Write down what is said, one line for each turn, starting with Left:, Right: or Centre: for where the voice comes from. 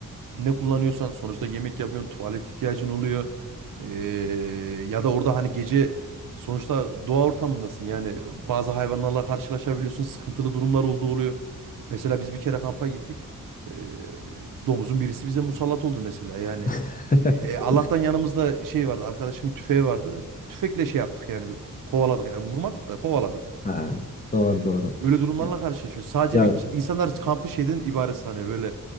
Right: ne kullanıyorsan sonuçta yemek yapıyorsun, tuvalet ihtiyacın oluyor. Ee, ya da orada hani gece sonuçta doğa ortamındasın. Yani bazı hayvanlarla karşılaşabiliyorsun. Sıkıntılı durumlar olduğu oluyor. Mesela biz bir kere kampa gittik. Ee, domuzun birisi bize musallat oldu mesela. Yani
Left: <laughs>
Right: e, e, Allah'tan yanımızda şey vardı. Arkadaşımın tüfeği vardı. Tüfekle şey yaptık yani kovaladık yani vurmadık da kovaladık.
Left: Ha, doğru
Right: Ee,
Left: doğru.
Right: Böyle durumlarla
Left: Ya,
Right: karşılaşıyorsun. Sadece
Left: ya
Right: bir insanlar kampı şeyden ibaret sanıyor. Böyle